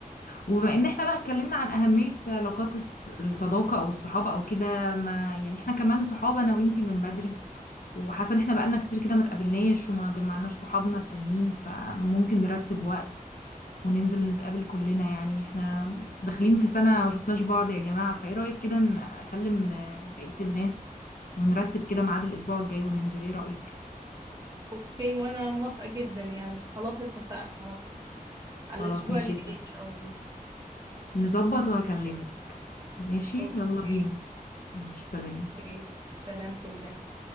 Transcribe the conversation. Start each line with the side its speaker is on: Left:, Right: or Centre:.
Left: وبما ان احنا بقى اتكلمنا عن اهميه علاقات الص- الصداقه او الصحابه او كده ما يعني احنا كمان صحابه انا وانتي من بدري وحاسه ان احنا بقالنا كتير كده ما اتقابلناش وما جمعناش صحابنا التانيين فممكن نرتب وقت وننزل نتقابل كلنا يعني احنا داخلين في سنه ما شفناش بعض يا جماعه فايه رايك كده ن- اكلم آه، بقيه الناس ونرتب كده ميعاد الاسبوع الجاي وننزل ايه رايك
Right: اوكي وانا موافقة جدا يعني خلاص اتفقنا على طول على
Left: خلاص
Right: الأسبوع
Left: ماشي
Right: اللي جاي ان شاء الله
Left: نظبط وهكلمك ماشي يلا
Right: اوكي
Left: بينا ماشي سلام
Right: اوكي سلامة الله